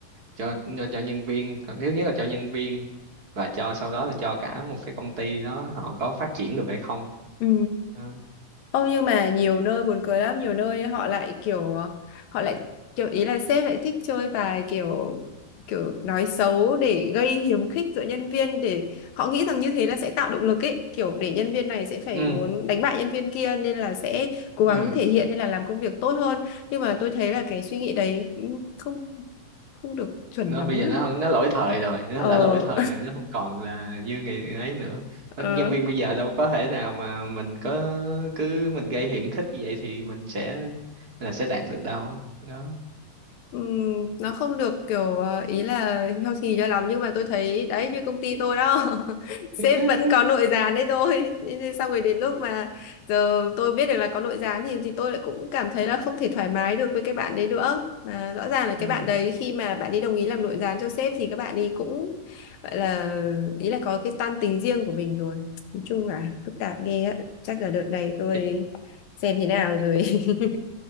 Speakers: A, on the right; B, on the left.
A: cho cho, cho nhân viên thứ nhất là cho nhân viên và cho sau đó là cho cả một cái công ty đó họ có phát triển được hay không
B: Ừ.
A: đó.
B: Ô nhưng mà nhiều nơi buồn cười lắm, nhiều nơi họ lại kiểu họ lại kiểu ý là sếp lại thích chơi bài kiểu kiểu nói xấu để gây hiềm khích giữa nhân viên để họ nghĩ rằng như thế là sẽ tạo động lực ấy, kiểu để nhân viên này sẽ phải
A: ừ.
B: muốn đánh bại nhân viên kia nên là sẽ cố
A: ừ
B: gắng thể hiện hay là làm công việc tốt hơn. Nhưng mà tôi thấy là cái suy nghĩ đấy cũng không không được chuẩn
A: nó
B: lắm.
A: bây giờ nó không nó lỗi thời rồi nó
B: Ờ.
A: đã lỗi thời rồi nó không còn là như ngày ấy nữa Nên
B: <laughs>
A: nhân viên bây giờ đâu có thể nào mà mình có cứ mình gây hiểm khích như vậy thì mình sẽ là sẽ đạt được đâu đó
B: Ừm, nó không được kiểu ờ, ý là healthy cho lắm nhưng mà tôi thấy đấy như công ty tôi đó <laughs> sếp
A: <laughs>
B: vẫn có nội gián đấy thôi Thế nên xong rồi đến lúc mà giờ tôi biết được là có nội gián thì thì tôi lại cũng cảm thấy là không thể thoải mái được với cái bạn đấy nữa mà rõ ràng là cái
A: ừ
B: bạn đấy khi mà bạn ấy đồng ý làm nội gián cho sếp thì các bạn ấy cũng gọi là ý là có cái toan tính riêng của mình rồi nói chung là phức tạp ghê á chắc là đợt này tôi
A: Thì-
B: xem thế nào rồi <laughs>